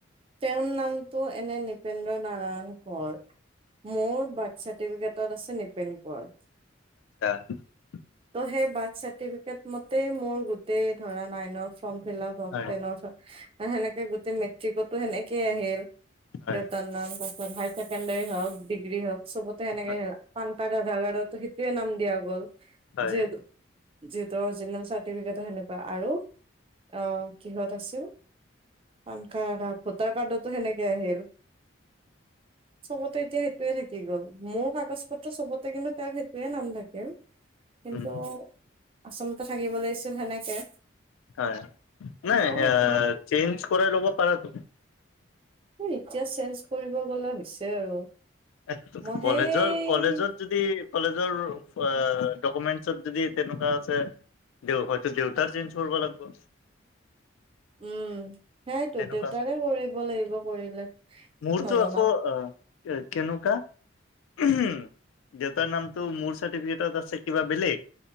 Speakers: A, on the right; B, on the left.
A: তেওঁৰ নামটো এনে নিপেন্দ্ৰ নাৰায়ণ কোঁৱৰ, মোৰ বাৰ্থ চাৰ্টিফিকেটত আছে নিপেন কোঁৱৰ।
B: <unintelligible>
A: ত' সেই বাৰ্থ চাৰ্টিফিকেট মতে মোৰ গোটেই ধৰা নাইনৰ ফ্ৰম ফিলাপ হল।
B: হয়
A: টেনৰ ফৰ্ম, ত' সেনেকে গোটেই মেট্ৰিকতো সেনেকে আহিল,
B: হয়
A: দেউতাৰ নাম বা <unintelligible> হাই ছেকেডেৰী হওক। ডিগ্ৰী হওক চবতে সেনেকে,
B: হয়।
A: পান কাৰ্ড, আধাৰ কাৰ্ডো সেইটোয়ে নাম দিয়া গ'ল,
B: হয়
A: যিহেতু যিহেতু অৰ্জিনেল চা চাৰ্টিফিকেটও সেনেকুৱা আৰু, অ, কিহত আছিল, পান কাৰ্ডত ভোটাৰ কাৰ্ডতো সেনেকে আহিল, চবতে এতিয়া সেইটোয়ে থাকিল। কি গল, মোৰ কাগজ পত্ৰ চবতে কিন্তু তেওঁৰ সেইটোয়ে নাম থাকিল। কিন্তু,
B: উম
A: আচলতে থাকিব লাগিছিল সেনেকে।
B: হয়, নাই
A: চাও
B: আহ
A: এতিয়া
B: চেঞ্জ কৰাই ল'ব পাৰা তো।
A: এতিয়া চেঞ্জ কৰিব গলে হৈছে আৰু
B: এক
A: মই সেই
B: কলেজৰ কলেজত যদি কলেজৰ ডকুমেন্টচত যদি তেনেকুৱা আছে দেউ হয়তো দেউতাৰ চেঞ্চ কৰিব লাগিব
A: উম, সেইয়াইতো
B: তেনেকুৱা
A: দেউতাৰে কৰিব লাগিব কৰিলে
B: মোৰতো
A: নবনাও
B: আকৌ অ, কেনেকুৱা উম হম দেউতাৰ নামটো মোৰ চাৰটিফিকেটত আছে কিবা বেলেগ